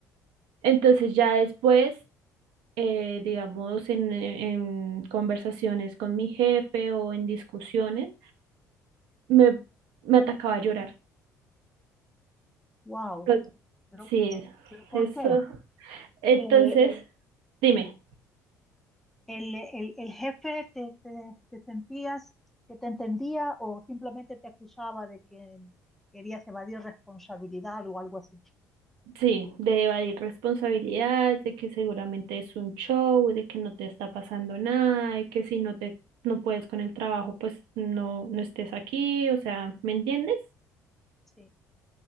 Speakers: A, on the right; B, in the centre.
A: Entonces ya después, eh, digamos, en en conversaciones con mi jefe o en discusiones, me, me atacaba a llorar.
B: wow.
A: Pero-
B: Pero,
A: Sí,
B: pero ¿por
A: eso.
B: qué?
A: Entonces,
B: Eh,
A: dime,
B: el, el- el jefe te, te- te sentías que te entendía o simplemente te acusaba de que querías evadir responsabilidad o algo así.
A: sí, de evadir responsabilidad, de que seguramente es un show, de que no te está pasando nada, de que si no te no puedes con el trabajo, pues no, no estés aquí, o sea, ¿me entiendes?
B: Sí,